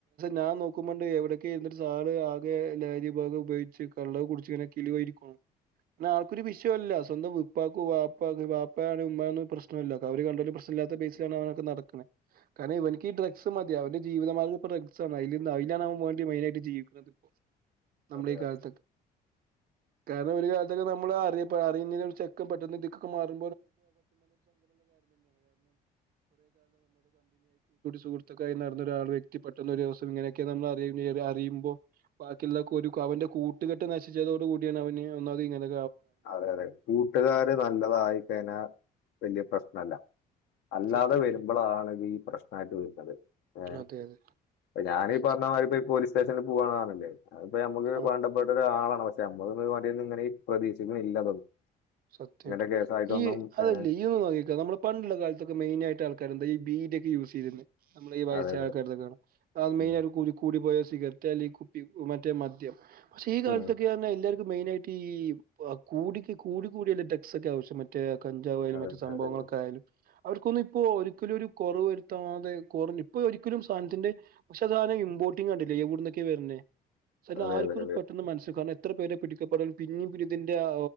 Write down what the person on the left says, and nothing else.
അതെ
അതെ അതെ കൂട്ടുകാര് നല്ലതായി കഴിഞ്ഞാ വലിയ പ്രശ്നല്ല അല്ലാതെ
വരുമ്പോള ആണ് ഇത് ഈ പ്രശ്നമായിട്ട് വരുന്നത് ഏർ
അപ്പ ഞാനീഈ പറഞ്ഞ
മാതി ഇപ്പോ പോലീസ് സ്റ്റേഷനിൽ പോകവാണാണല്ലേ അ ഇപ്പൊ മ്മക്ക്
വേണ്ടപ്പെട്ട ഒരാളാണ് പക്ഷെ നമ്മ ഇങ്ങനെ പ്രതീക്ഷിക്കുന്നില്ല
ഇങ്ങനത്തെ കേസായിട്ടൊന്നും
ഏഹ്,
അതെ അതെ
ഉം.
ഉം.
അതെ
അതെ
അതെ
അതെ
അതെ അതെ